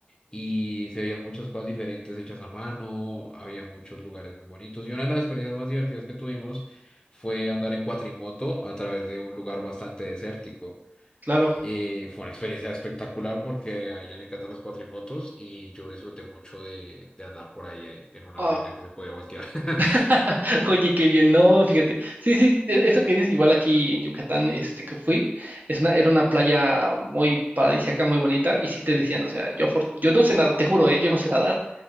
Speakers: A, on the left (about 20°); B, on the right (about 45°).
A: y se veían muchas cosas diferentes hechas a mano, había muchos lugares muy bonitos y una de las experiencias más divertidas que tuvimos fue andar en cuatrimoto a través de un lugar bastante desértico.
B: claro.
A: Eh, eh, fue una experiencia espectacular porque a ella le encantan las cuatrimotos y yo disfruté mucho de, de andar por ahí eh, en una
B: Ah,
A: vaina que se podía voltear. <laughs>
B: <laughs> Oye, qué bien, no, fíjate. Sí, sí, e- eso que dices, igual aquí en Yucatán, este que fui, es una, era una playa muy paradisíaca, muy bonita, y sí te decían, o sea, yo, afor- yo no sé nada, te juro, ¿eh? Yo no sé nadar,